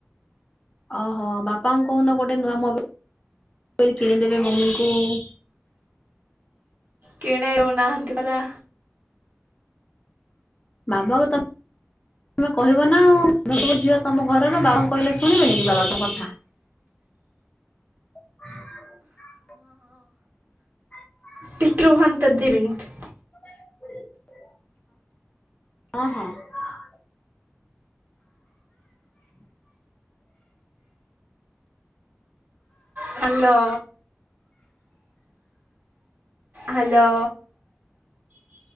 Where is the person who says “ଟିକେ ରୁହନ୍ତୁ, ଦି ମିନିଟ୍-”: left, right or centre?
Right